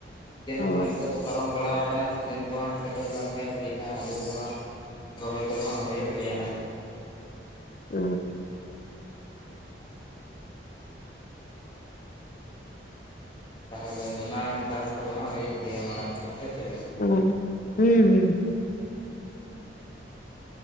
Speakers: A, on the left; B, on the left.
A: ᱥᱤᱡᱮᱱ
B: ᱚ
A: ᱠᱚ ᱦᱟᱸᱜ ᱱᱤᱛᱚᱜ ᱫᱚ ᱯᱟᱨᱚᱢ ᱵᱟᱲᱟᱟᱣ ᱠᱟᱱᱟ ᱥᱤᱡᱮᱱ ᱠᱚ ᱦᱟᱸᱜ ᱥᱮᱴᱮᱨ ᱞᱮᱱ ᱠᱷᱟᱡ ᱴᱷᱤᱠ ᱦᱟᱜ ᱟᱞᱩ ᱠᱚᱫᱚ ᱦᱟᱸᱜ ᱨᱚᱦᱚᱭ ᱠᱚᱫᱚ ᱦᱟᱸᱜ ᱦᱩᱭᱩᱜ ᱜᱮᱭᱟ ᱦᱟᱸᱜ
B: ᱚ
A: ᱛᱟᱦᱚᱞᱮ ᱚᱱᱟ ᱪᱟᱥ ᱠᱚᱫᱚ ᱦᱟᱸᱜ ᱦᱩᱭᱩᱜ ᱜᱮᱭᱟ ᱢᱟᱲᱟᱝ ᱥᱮᱫ ᱥᱮ ᱪᱮᱫ
B: ᱚ ᱦᱩᱸ ᱦᱩᱸ